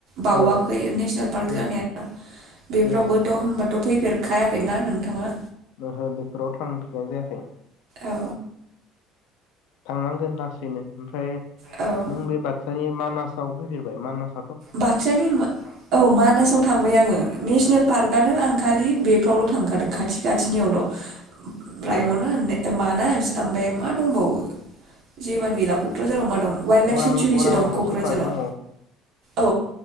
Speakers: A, on the right (about 70°); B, on the left (about 75°).
A: बावाखै
B: औ
A: नेसनेल पार्क
B: उम
A: जानाया, बेफोरावबोथ'
B: उम
A: होनबा फैफेरखायाखैना नोंथाङा?
B: ओहो बेफोराव थांफेरनाय जायाखै।
A: औ
B: थांनांगोन लासैनो ओमफ्राय
A: औ
B: नों बे बाक्सानि मानासाव फैफेरबाय मानास
A: बाक्सानि, औ मानासाव थांबाय आङो। नेसनेल पार्कआनो आं खालि बेफ्रावल' थांखादों खाथि खाथिनियावल'।
B: ओ
A: रायम'ना होननाय ओ मा ओमफ्राय मा दंबावो जेबोआनो गैला कक्राझाराव मा दं? वाइल्ड लाइफ
B: अरां
A: सेेंसुरिसो
B: अरांआव
A: दं
B: मोनसे
A: क'क्राझाराव
B: पार्क दङ।
A: औ